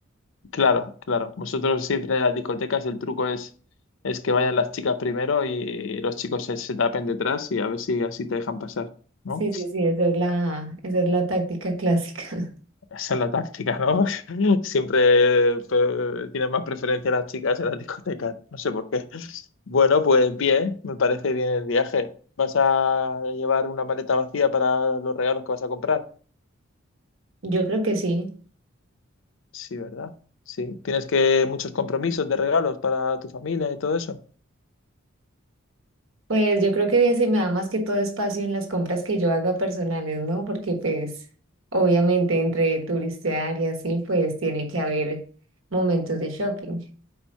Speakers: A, on the left; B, on the right.
A: claro, claro. Nosotros siempre en las discotecas el truco es, es que vayan las chicas primero y los chicos se, se tapen detrás y a ver si así te dejan pasar, ¿no?
B: Sí, sí, sí, esa es la, esa es la táctica clásica.
A: Esa es la táctica, ¿no? <laughs> Siempre eh, tienen más preferencia las chicas en las discotecas, no sé por qué. Bueno, pues bien, me parece bien el viaje. ¿Vas a llevar una maleta vacía para los regalos que vas a comprar?
B: <laughs> Yo creo que sí.
A: Sí, ¿verdad? Sí. ¿Tienes que muchos compromisos de regalos para tu familia y todo eso?
B: Pues yo creo que se me da más que todo espacio en las compras que yo haga personales, ¿no? Porque pues obviamente entre turistear y así, pues tiene que haber momentos de shopping.